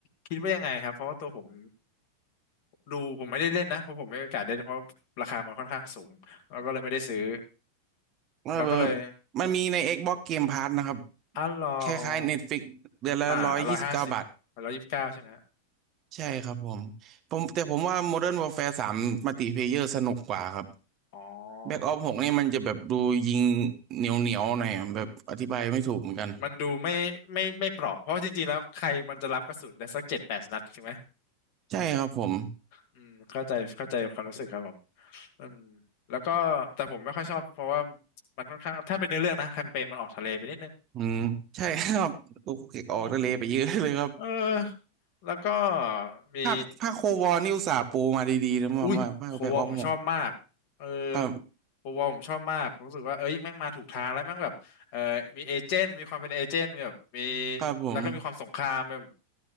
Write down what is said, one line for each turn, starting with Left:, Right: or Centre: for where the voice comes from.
Left: คิดว่ายังไงครับเพราะว่าตัวผมดูผมไม่ได้เล่นนะเพราะผมไม่มีโอกาสได้เล่นเพราะราคามันค่อนข้างสูงแล้วก็เลยไม่ได้ซื้อ
Right: ว่าเออ
Left: แล้วก็เลย
Right: มันมีใน Xbox Game Pass นะครับ
Left: อ่ะรออ๋อ
Right: คล้ายๆ Netflix เดือนละร้อยยี่สิบเก้าบาท
Left: อ่าร้อยห้าสิบร้อยยี่สิบเก้าใช่ไหมฮะ
Right: ใช่ครับผมผมแต่ผมว่า Modern Warfare 3 Multiplayer สนุกกว่าครับ
Left: อ๋อ
Right: แบ็กออฟหกนี่มันจะแบบดูยิงเหนียวเหนียวหน่อยอะแบบอธิบายไม่ถูกเหมือนกัน
Left: มันดูไม่ไม่ไม่เปราะเพราะจริงๆแล้วใครมันจะรับกระสุนได้สักเจ็ดแปดนัดถูกไหม
Right: ใช่ครับผม
Left: อืมเข้าใจเข้าใจความรู้สึกครับผมอืมแล้วก็แต่ผมไม่ค่อยชอบเพราะว่ามันค่อนข้างถ้าเป็นเนื้อเรื่องนะแคมเปญมันออกทะเลไปนิดนึง
Right: อืมใช่ครับลูกเก็กออกทะเลไปเยอะเลยครับ
Left: งงเออแล้วก็มี
Right: ภาคภาคโควอนี่อุตส่าห์ปูมาดีๆนะมามาภาคแบ็กออฟหก
Left: อุ้ยโควอลผมชอบมากเออ
Right: ครับ
Left: โควอลผมชอบมากรู้สึกว่าเอ้ยแม่งมาถูกทางแล้วแม่งแบบเออมีเอเจนต์มีความเป็นเอเจนต์มีแบบมี
Right: ครับผม
Left: แล้วก็มีความสงครามแบบ